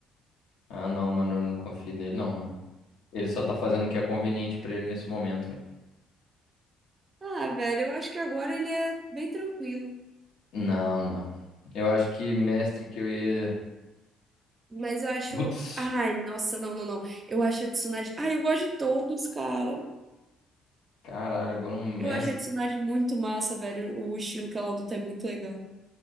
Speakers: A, on the left; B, on the right.
A: Ah, não, mano, eu não confio nele, não, mano. Ele só tá fazendo o que é conveniente pra ele nesse momento, velho.
B: Ah, velho, eu acho que agora ele é bem tranquilo.
A: Não, não. Eu acho que mestre que eu ia.
B: Mas eu acho.
A: Putz,
B: Ai, nossa, não, não, não. Eu acho a Tsunade. Ai, eu gosto de todos, cara.
A: caralho, agora um mestre,
B: Eu acho a Tsunade muito massa, velho. O estilo que ela luta é muito legal.